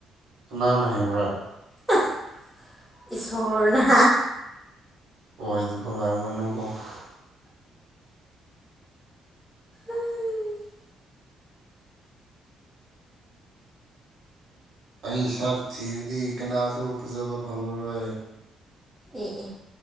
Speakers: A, on the right; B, in the centre.
A: ꯀꯅꯥꯅ ꯍꯥꯏꯕ꯭ꯔꯥ
B: <unintelligible> ꯏꯁꯣꯔꯅ
A: <unintelligible>
B: ꯑꯦ
A: ꯑꯩ ꯁꯛ ꯊꯤꯔꯗꯤ ꯀꯅꯥꯁꯨ ꯐꯖꯕ ꯐꯪꯂꯔꯣꯏ
B: ꯑꯦ ꯑꯦ